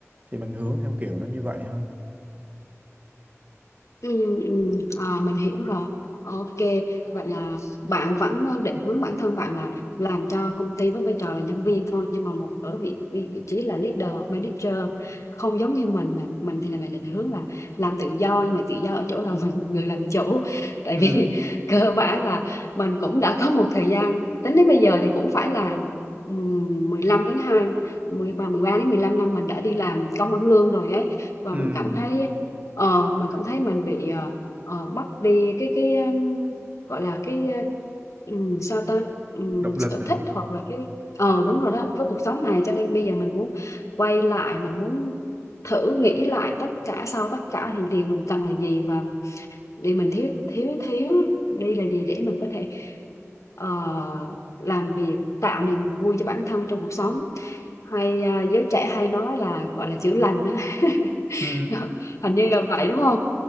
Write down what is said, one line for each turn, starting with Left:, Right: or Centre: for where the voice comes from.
Right: thì mình hướng theo kiểu nó như vậy hơn
Left: Ừ, ừ, à, mình hiểu rồi. Ok, vậy là bạn vẫn ờ, định hướng bản thân bạn là làm cho công ty với vai trò là nhân viên thôi nhưng mà một ở vị vị, vị trí là leader hoặc manager không giống như mình nè. mình thì là mình định hướng là làm tự do nhưng mà tự do ở chỗ là mình là người làm chủ tại
Right: ừ
Left: vì <laughs> cơ bản là mình cũng đã có một thời gian tính đến bây giờ thì cũng phải là ừm, 15 đến hai mười ba mười ba đến 15 năm mình đã đi làm công ăn lương rồi ấy và
Right: ừ
Left: mình cảm thấy Ờ, mình cảm thấy mình bị ờ, ờ, mất đi cái cái um, gọi là cái ờ, ừm, sao ta Ừm,
Right: động lực
Left: sở
Right: hả
Left: thích hoặc là cái ờ đúng rồi đó với cuộc sống này cho nên bây giờ mình muốn quay lại mình muốn thử nghĩ lại tất cả sau tất cả thì điều mình cần là gì và điều mình thiếu thiếu thiếu đi là gì để mình có thể ờ, làm việc tạo niềm vui cho bản thân trong cuộc sống hay ờ, giới trẻ hay nói là gọi là chữa lành á
Right: ừ
Left: <laughs> hình như là vậy đúng không